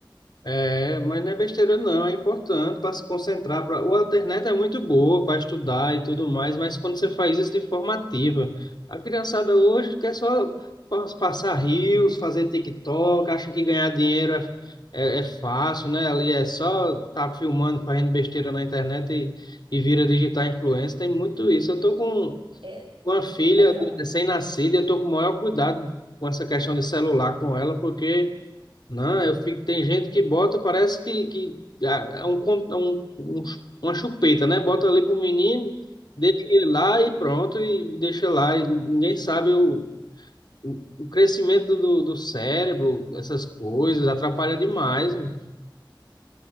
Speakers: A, on the left; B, on the right.
A: É, mas não é besteira não, é importante para se concentrar. Pra... O internet é muito boa para estudar e tudo mais, mas quando você faz isso de forma ativa, a criançada hoje quer só pas- passar rios, fazer TikTok, acha que ganhar dinheiro é, é, é fácil, né? Ali é só tá filmando, fazendo besteira na internet e, e vira digital influencer, tem muito isso. Eu tô com
B: É,
A: uma filha
B: pode falar.
A: recém-nascida, e eu tô com o maior cuidado com essa questão de celular com ela, porque não, eu fico. Tem gente que bota, parece que, que ah, é um, con- é um, um- uma chupeta, né? Bota ali pro menino, deixa ele lá e pronto, e deixa lá. E ninguém sabe o, o, o crescimento do, do cérebro, essas coisas, atrapalha demais. mano.